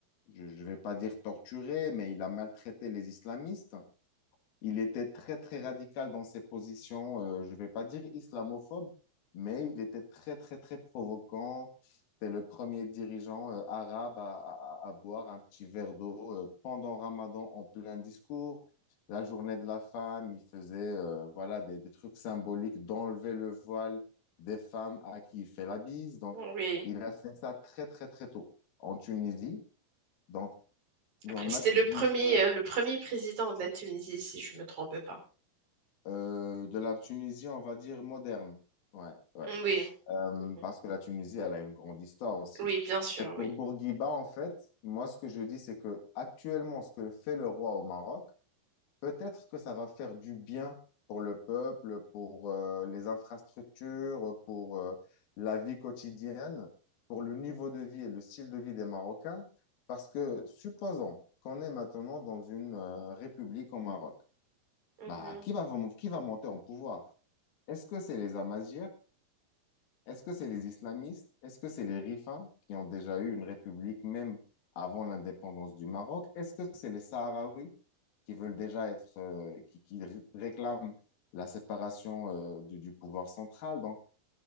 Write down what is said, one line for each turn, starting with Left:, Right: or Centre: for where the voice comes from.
Left: je ne vais pas dire torturé, mais il a maltraité les islamistes. Il était très, très radical dans ses positions, euh, je ne vais pas dire islamophobe, mais il était très, très, très provocant. C'était le premier dirigeant euh, arabe à, à- à boire un petit verre d'eau euh, pendant Ramadan en plein discours. La journée de la femme, il faisait euh, voilà, des, des trucs symboliques d'enlever le voile des femmes à qui il fait la bise. Donc,
Right: Oui.
Left: il a fait ça très, très, très tôt en Tunisie. Donc, il
Right: Après,
Left: y en
Right: c'était
Left: a qui
Right: le
Left: disent
Right: premier,
Left: que
Right: euh, le premier président de la Tunisie, si je me trompe pas.
Left: Euh, de la Tunisie, on va dire moderne. Ouais, ouais.
Right: Oui.
Left: Euh,
Right: Mhm.
Left: parce que la Tunisie, elle a une grande histoire aussi.
Right: Oui, bien sûr,
Left: Et
Right: oui.
Left: pour Bourguiba, en fait, moi, ce que je dis, c'est que actuellement, ce que fait le roi au Maroc, peut-être que ça va faire du bien pour le peuple, pour euh, les infrastructures, pour euh, la vie quotidienne, pour le niveau de vie et le style de vie des Marocains. Parce que supposons qu'on est maintenant dans une euh, république au Maroc.
Right: Mhm.
Left: Bah, qui va, vraiment- qui va monter en pouvoir? Est-ce que c'est les Amazighs? Est-ce que c'est les islamistes? Est-ce que c'est les Rifains qui ont déjà eu une république même avant l'indépendance du Maroc? Est-ce que c'est les Sahraouis qui veulent déjà être, euh, qui, qui ré- réclament la séparation, euh, du, du pouvoir central? Donc,